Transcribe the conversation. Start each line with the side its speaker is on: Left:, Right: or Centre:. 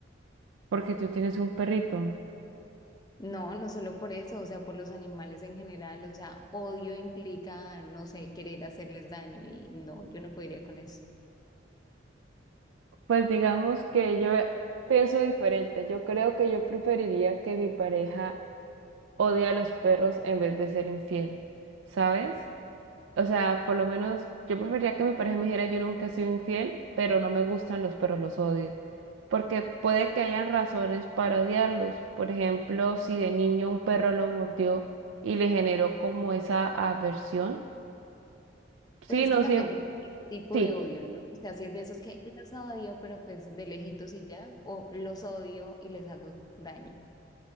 Right: Porque tú tienes un perrito.
Left: No, no solo por eso, o sea, por los animales en general, o sea, odio implica, no sé, querer hacerles daño y no, yo no podría con eso.
Right: Pues digamos que yo pienso diferente. Yo creo que yo preferiría que mi pareja odie a los perros en vez de ser infiel, ¿sabes? O sea, por lo menos yo preferiría que mi pareja me dijera yo nunca he sido infiel, pero no me gustan los perros, los odio. Porque puede que hayan razones para odiarlos. Por ejemplo, si de niño un perro lo mordió y le generó como esa aversión. Sí,
Left: Pues es
Right: no
Left: que también
Right: siempre.
Left: depende de qué tipo
Right: Sí.
Left: de odio, ¿no? O sea, si es de esos que los odio, pero pues de lejitos y ya, o los odio y les hago daño.